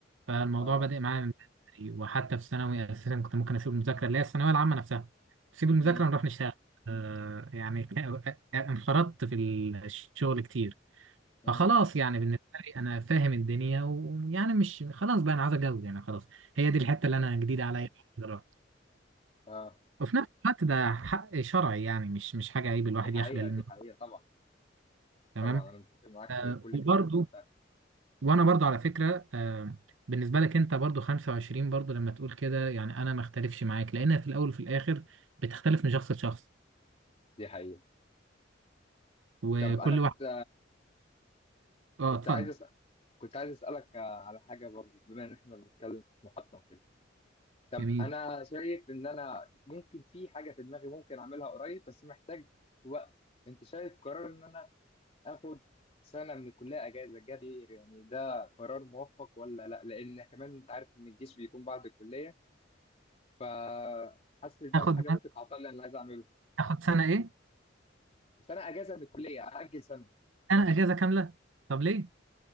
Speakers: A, on the right; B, on the left.
A: فالموضوع
B: اه
A: بدأ معايا من بدري وحتى في ثانوي أساسا كنت ممكن أسيب المذاكرة اللي هي الثانوية العامة نفسها أسيب المذاكرة
B: امم
A: ونروح نشتغل آه يعني ك- آه، انخرطت في الشغل كتير
B: امم
A: فخلاص يعني بالنسبة لي أنا فاهم الدنيا ويعني مش خلاص بقى أنا عايز أتجوز يعني خلاص هي دي الحتة
B: اه
A: اللي أنا جديدة عليا دلوقتي.
B: اه
A: وفي نفس الوقت ده حق شرعي يعني مش مش حاجة عيب الواحد
B: دي حقيقه
A: يخجل
B: دي
A: إنه
B: حقيقه طبعا
A: تمام
B: طبعا انا متفق معاك
A: آه،
B: في كل
A: وبرضه
B: كلمه انت قلتها
A: وانا برضو على فكره آه، بالنسبه لك انت برضو 25 برضو لما تقول كده يعني انا ما اختلفش معاك لانها في الاول وفي الاخر بتختلف من شخص لشخص
B: دي حقيقة
A: وكل
B: طب أنا كنت
A: واحد اه
B: كنت
A: اتفضل
B: عايز أسأل كنت عايز أسألك آه، على حاجة برضه بما إن إحنا بنتكلم في محطة وكده طب
A: جميل
B: أنا شايف إن أنا ممكن في حاجة في دماغي ممكن أعملها قريب بس محتاج وقت أنت شايف قرار إن أنا آخد سنة من الكلية أجازة جابير يعني ده قرار موفق ولا لأ لأن كمان أنت عارف إن الجيش بيكون بعد الكلية فحاسس إن ده
A: تاخد
B: حاجة ممكن تعطلني اللي عايز أعمله
A: تاخد سنه ايه
B: بس أنا أجازة من الكلية أأجل سنة
A: انا اجازه كامله طب ليه